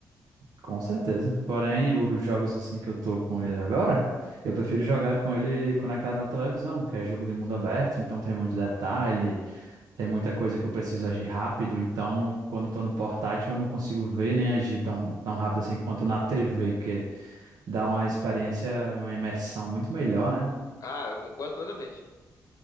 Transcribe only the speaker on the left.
Ah, eu concordo totalmente